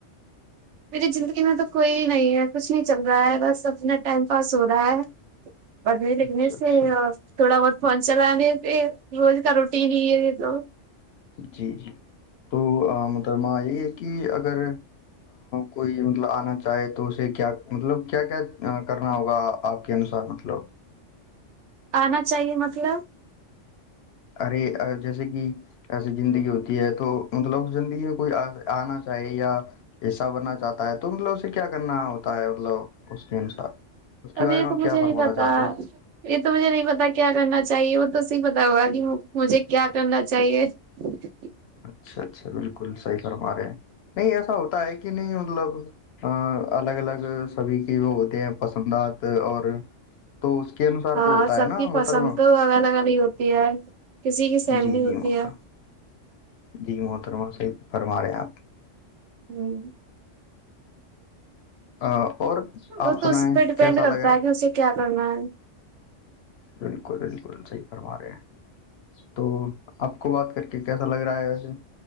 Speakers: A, on the right; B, on the left.
A: میری زندگی میں تو کوئی نہیں ہے کچھ نہیں چل رہا ہے بس اپنا ٹائم پاس ہو رہا ہے بت نہیں لیک
B: اچھا
A: نہیں سے
B: اچھا
A: تھوڑا بہت فون چلانے پ روز کا روٹین ہی ہے یہ تو
B: جی جی تو مترمہ یہی ہے کہ اگر کوئی مطلب آنا چاہے تو اسے کیا مطلب کیا کیا کرنا ہوگا آپ کے انوسار مطلب
A: آنا چاہیے مطلب
B: ارے جیسے کہ ایسی زندگی ہوتی ہے تو مطلب زندگی میں کوئی آنا چاہے یا حصہ بننا چاہتا ہے تو مطلب اسے کیا کرنا ہوتا ہے مطلب اس کے انسار اس کے
A: اب
B: بارے
A: یہ
B: میں
A: تو
B: ہم
A: مجھے
B: کیا
A: نہیں
B: فرمانا
A: پتا
B: چاہتے ہیں
A: یہ تو مجھے نہیں پتا کیا کرنا چاہیے وہ تو صی پتا ہوا کہ مجھے کیا کرنا چاہیے ہ
B: اچھا اچھا بالکل صحیح فرما رہے ہیں نہیں ایسا ہوتا ہے کہ نہیں مطلب ہ الگ الگ سبھی کے وہ ہوتے ہیں پسندات اور تو اس کے انوسار
A: ہاں
B: تو ہوتا
A: سب
B: ہے نا
A: کی پسند
B: محترما
A: تو الگ الگ ہی ہوتی ہے کسی کی سیم
B: جی
A: نہیں
B: جی
A: ہوتی
B: محترم
A: ہے
B: جی محترمہ صح سے فرماے ہیں آپ
A: ہوں
B: ہ اور
A: وہ
B: آپ
A: تو
B: سنیں
A: اس پہ ڈیپینڈ
B: کیسا
A: کرتا
B: لگ رہا
A: ہے کہ اسے کیا کرنا ہے
B: بالکل بالکل صحی فرما رہے ہیں تو آپ کو بات کر کے کیسا لگ رہا ہے ویسے